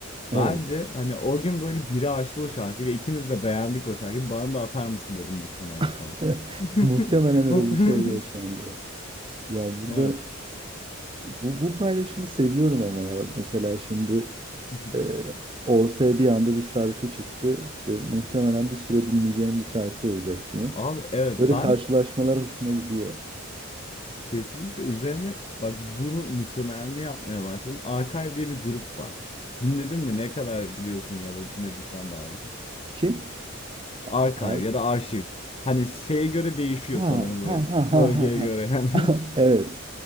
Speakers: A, on the right (about 25°); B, on the left (about 30°).
A: Evet.
B: Bence hani o gün böyle biri açtı o şarkıyı ve ikimiz de beğendik o şarkıyı. Bana da atar mısın dedim muhtemelen sana.
A: <laughs>
B: <laughs>
A: Muhtemelen öyle
B: Mutlu-
A: bir şey yaşandı. Ya
B: <laughs>
A: burada
B: Evet.
A: bu, bu paylaşımı seviyorum ama ya bak mesela şimdi
B: <laughs>
A: eee, ortaya bir anda bir şarkı çıktı. Eee, muhtemelen bir süre dinleyeceğim bir şarkı olacak benim.
B: Abi evet
A: Böyle
B: ben
A: karşılaşmalar hoşuma gidiyor.
B: kesinlikle üzerine bak bunu misyonerliğini yapmaya başladım. Archive diye bir grup var. Dinledin mi? Ne kadar biliyorsun ya da dinlediysen daha.
A: Kim?
B: Archive
A: Aa
B: ya da arşiv. Hani şeye göre değişiyor
A: Ha
B: sanırım
A: ha
B: bu
A: ha ha
B: bölgeye
A: ha. ha.
B: göre. <laughs> Yani.
A: <laughs> Evet.